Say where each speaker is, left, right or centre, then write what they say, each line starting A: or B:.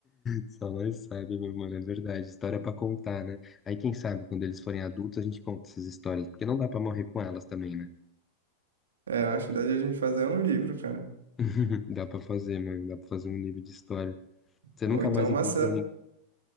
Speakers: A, on the left; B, on the right.
A: só nós sabe, meu mano, é verdade. História pra contar, né? Aí quem sabe quando eles forem adultos a gente conta essas histórias, porque não dá pra morrer com elas também, né?
B: É, eu acho que dá de a gente fazer um livro, cara.
A: <laughs> Dá pra fazer, mano, dá pra fazer um livro de história. Você
B: Ou
A: nunca
B: então
A: mais
B: uma,
A: encontrou
B: sé-
A: ninguém.